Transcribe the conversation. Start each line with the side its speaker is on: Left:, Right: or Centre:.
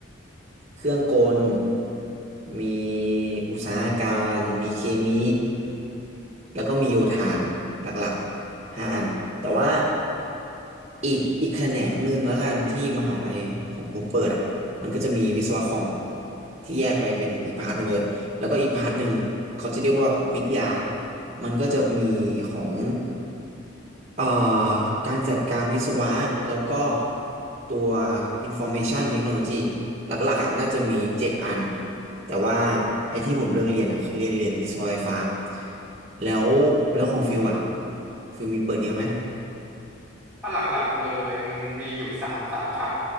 Right: เครื่องกลมีอุตสาหการมีเคมีแล้วก็มีโยธาหลักๆห้าอันแต่ว่าอีกอีกแขนงหนึ่งแล้วกันที่มหาลัยของผมเปิดอ่ะมันก็จะมีวิศวะคอมที่แยกไปเป็นอีกพาร์ทหนึ่งเลยแล้วก็อีกพาร์ทหนึ่งเขาจะเรียกว่าวิทยามันก็จะมีของ เอ่อการจัดการวิศวะแล้วก็ตัว Information Technology หลักๆอ่ะน่าจะมีเจ็ดอันแต่ว่าไอ้ที่ผมเลือกเรียนอ่ะคือเรียนเรียนวิศวะไฟฟ้าแล้วแล้วของฟิวอ่ะฟิวมีเปิดเยอะไหม
Centre: ถ้าหลักๆเลยมันมีอยู่สามสาขา